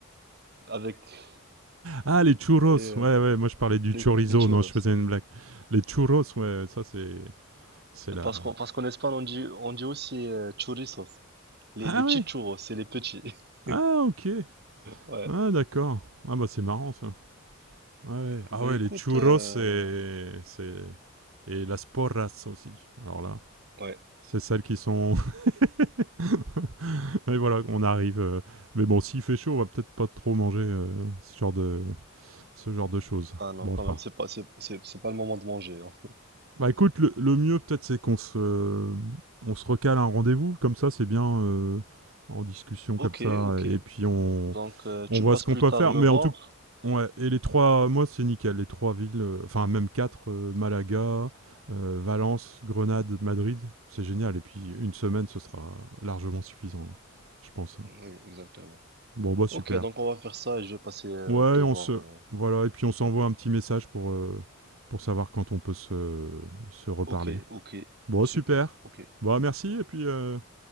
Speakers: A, on the right; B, on the right.
A: Avec
B: Ah, les churros.
A: euh,
B: Ouais, ouais, moi je parlais du
A: les,
B: chorizo.
A: les churros.
B: Non, je faisais une blague. Les churros, ouais, ouais, ça c'est. C'est la.
A: Parce qu'en parce qu'en Espagne on dit, on dit aussi euh, churrisos. Les,
B: Ah
A: les petits
B: ouais.
A: churros, c'est les petits. <laughs>
B: Ah, ok.
A: Ouais.
B: Ah, d'accord. Ah, bah c'est marrant ça. Ouais, ouais.
A: Ben
B: Ah ouais,
A: écoute,
B: les churros
A: euh,
B: c'est, c'est- Et las porras aussi. Alors là,
A: ouais.
B: c'est celles qui sont. <laughs> Mais voilà, on arrive. euh, Mais bon, s'il fait chaud, on va peut-être pas trop manger euh, ce genre de, ce genre de choses.
A: Ah non,
B: Bon,
A: quand
B: enfin.
A: même, c'est pas, c'est, c'est- c'est pas le moment de manger. hein.
B: Bah écoute, le, le mieux peut-être c'est qu'on se, on se recale un rendez-vous, comme ça c'est bien euh, en discussion
A: Ok,
B: comme ça,
A: ok.
B: et puis on,
A: Donc euh, tu
B: on voit
A: passes
B: ce qu'on
A: plus
B: peut
A: tard
B: faire.
A: me
B: Mais
A: voir?
B: en tout ouais, et les trois, moi c'est nickel, les trois villes, euh, enfin même quatre, euh, Malaga, euh, Valence, Grenade, Madrid, c'est génial. Et puis une semaine, ce sera largement suffisant, hein, je pense. hein.
A: Oui, exactement.
B: Bon, bah super.
A: Ok, donc on va faire ça et je vais passer euh,
B: Ouais,
A: te voir.
B: on se.
A: euh.
B: Voilà, et puis on s'envoie un petit message pour, euh, pour savoir quand on peut se, se reparler.
A: Ok, ok.
B: Bon,
A: Super,
B: super.
A: ok.
B: Bon, merci, et puis. euh,